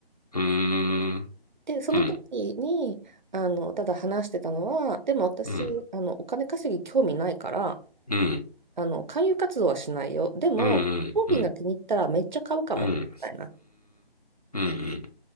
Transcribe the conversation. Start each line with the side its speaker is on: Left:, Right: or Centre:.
Left: うん、
Right: で、その時に、
Left: うん、
Right: あの、ただ話してたのは、でも私、
Left: うん、うん、
Right: あの、お金稼ぎ興味ないから、
Left: うん、
Right: あの、勧誘活動はしないよ。でも、
Left: うん、
Right: 商品が気に入ったらめっちゃ買うかも、
Left: うん、
Right: みたいな。
Left: うん、